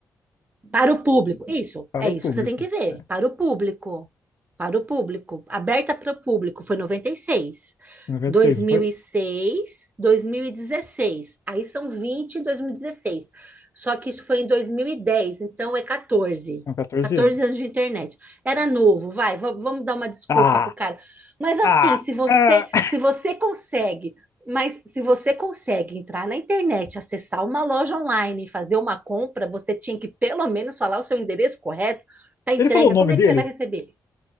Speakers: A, on the right; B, on the left.
A: Para o público. Isso,
B: Para
A: é isso
B: o público.
A: que você tem que ver.
B: Né?
A: Para o público. Para o público. Aberta para o público. Foi noventa e e seis seis
B: 96,
A: dois dois
B: não
A: mil
B: foi?
A: e seis, dois mil e dezesseis Aí são 20 em dois mil e dezesseis Só que isso foi em dois mil e dez então é 14.
B: Com 14
A: 14
B: anos.
A: anos de internet. Era novo, vai, va- vamos dar uma desculpa
B: Ah,
A: pro cara. Mas assim,
B: ah,
A: se você,
B: ah.
A: se você consegue mas se você consegue entrar na internet, acessar uma loja online e fazer uma compra, você tinha que pelo menos falar o seu endereço correto para entrega.
B: Ele falou o nome
A: Como é
B: dele?
A: que você vai receber?